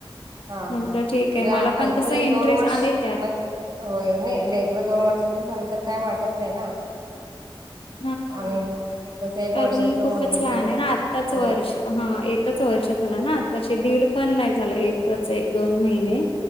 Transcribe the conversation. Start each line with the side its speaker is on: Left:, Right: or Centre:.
Right: हां
Left: म्हटलं
Right: हां,
Left: ठीक आहे मला
Right: ला
Left: पण
Right: अजून
Left: कसं इंटरेस्ट
Right: एक-दोन वर्ष
Left: आहे त्यात
Right: म होय, नही लेकरं दोन वर्षाच झालं, तर काय वाटत नाही ना.
Left: हां.
Right: आणि ते कसं एक
Left: तर
Right: वर्षाच
Left: अजून खूपच
Right: म्हणलं
Left: लहान
Right: तर
Left: ये ना, आत्ताच वर्ष,
Right: हो
Left: हं एकच वर्ष झालं ना, आताशी दीड पण नाही झालं, एक कच, दोन महिने,